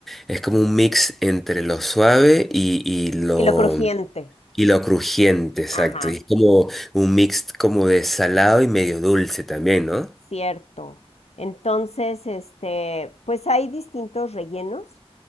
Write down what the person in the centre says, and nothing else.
es como un mix entre lo suave y, y lo,
y lo crujiente, exacto.
Y es como un mix como de salado y medio dulce también, ¿no?